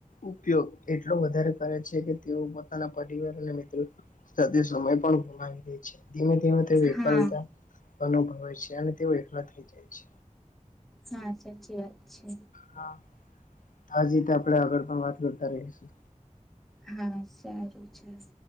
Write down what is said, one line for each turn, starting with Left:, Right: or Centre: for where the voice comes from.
Left: ઉપયોગ એટલો વધારે કરે છે કે તેઓ પોતાના પરિવાર અને મિત્રો સાથે સમય પણ ગુમાવી દે છે. ધીમે ધીમે તેઓ એકલતા
Centre: હા
Left: અનુભવે છે. <inaudible> તેવ એકલા થઈ જાય છે
Centre: હા સાચી વાત છે
Left: હા આજ રીતે આપણે આગળ પણ વાત કરતા રહીશું
Centre: હા સારુ તો ચસ.